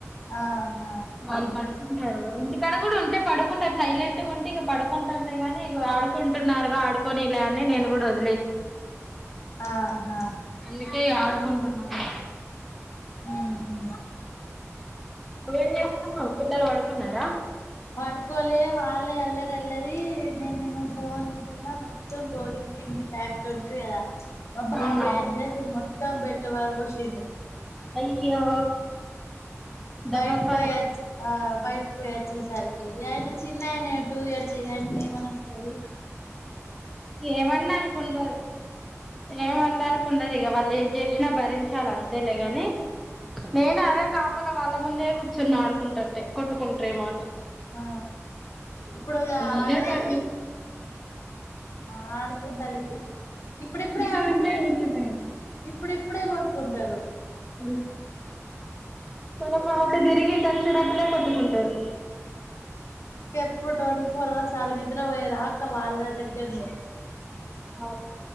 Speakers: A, on the left (about 60°); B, in the centre.
A: ఆహా
B: వాళ్లు పడు పడుంటారు ఇంటికడా కూడా ఉంటే పడుకుంటారు సైలెంట్ గా ఉంటే ఇంగ పడుకుంటలేగాని ఇగో ఆడుకుంటున్నారుగా ఆడుకొనిలే అని నేను కూడా వ
A: ఆహా
B: <unintelligible> ఆడుకుంటున్నారు
A: హ్మ్ హు
B: ఏం చేస్తున్నావ్ పిల్లలు పడుకున్నారా
A: పడుకోలే వాళ్ళే అల్లరి అల్లరి నేనేమో ఫోన్ చుతున్నా మొత్తం గోధుమ పిండి ప్యాకెట్ ఉంటది కదా మా బాబు
B: అవునవును
A: ఏం చేసిండు మొత్ మొత్తం బెడ్ ల పారబోసిండు
B: అయి యో డబల్
A: బయటకి
B: పని
A: పోయి ఆ బయటకి పోయి వచ్చేసరికి ఈ అయిన చిన్నయననే టు ఇయర్ చేయండి ఏమనివస్తది
B: ఏమన్న అనుకుంటరు ఏమానడానికి ఉండదు ఇగ వాళ్ళ ఎది చేసినా భరించాలి అంతేలే గాని నేను అదే కాపు లోపల వాళ్ళ ముందే కూర్చున్న ఆడుకుంటుంటే కొట్టుకుంటారేమో అని
A: అ ఇప్పుడు ఇగ
B: ఇదే
A: అడుకు
B: పని
A: ఆ ఆడుకుంటా లిప్పుీ ఇప్పుడిప్పుడే
B: ఇంటికాడంటే
A: ఆడుకుంటరు
B: ఇదే భయం
A: ఇప్పుడుప్పు ఇప్పుడే కొట్టుకుంటారు
B: <inaudible> మనం అటు తిరిగి తక్షణప్పునే కొట్టుకుంటారు
A: ఇప్పుడు ట్వంటీ ఫోర్ అవర్స్ వాళ్ళ నిద్ర పోయేదాకా వాళ్ళ దగ్గరనే
B: ఆ